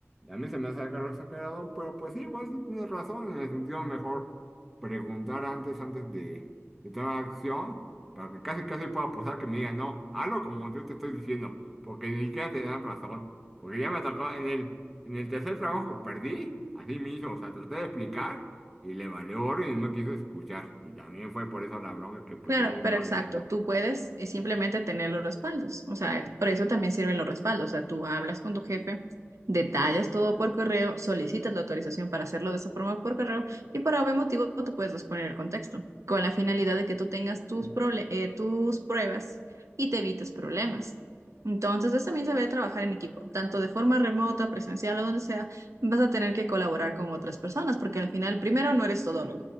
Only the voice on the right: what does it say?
Claro,
pero
exacto,
tú
puedes eh, simplemente tener los respaldos, o sea, por eso también sirven los respaldos, o sea, tú hablas con tu jefe, detallas todo por correo, solicitas la autorización para hacerlo de esa forma por correo y por algún motivo tú puedes exponer el contexto, con la finalidad de que tú tengas tus, proble- eh, tus pruebas y te evites problemas. Entonces, eso también se ve trabajar en equipo, tanto de forma remota, presencial o donde sea, vas a tener que colaborar con otras personas, porque al final, primero, no eres todo